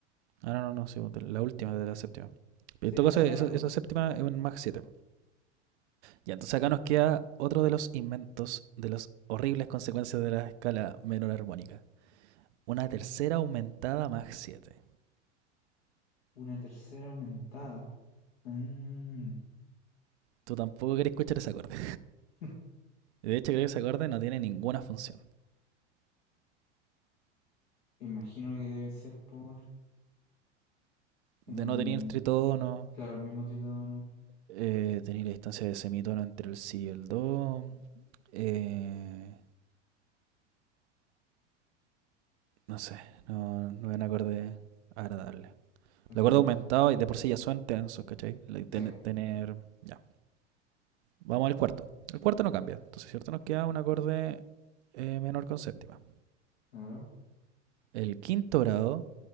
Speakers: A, on the right; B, on the left.
A: Ah, no, no, no, sí, la última de la séptima.
B: Sí,
A: En todo
B: no, esa
A: caso,
B: es
A: esa,
B: menor, pues.
A: esa séptima es un Mach 7. Ya, entonces acá nos queda otro de los inventos de las horribles consecuencias de la escala menor armónica. Una tercera aumentada más 7.
B: Una tercera aumentada. Mm.
A: Tú tampoco querés escuchar ese acorde.
B: <laughs>
A: De hecho, creo que ese acorde no tiene ninguna función.
B: Imagino que debe ser por... eh,
A: De no tener el tritono,
B: claro, el mismo tritono.
A: eh, tener la distancia de semitono entre el si y el do. eh, no sé, no, no es un acorde agradable.
B: Entiendo,
A: El acorde aumentado
B: entiendo.
A: y de por sí ya suena tensos, ¿cachai? Like,
B: Sí,
A: tener. ya, Vamos al cuarto. El cuarto no cambia. Entonces, ¿cierto? Nos queda un acorde eh, menor con séptima.
B: claro.
A: El quinto grado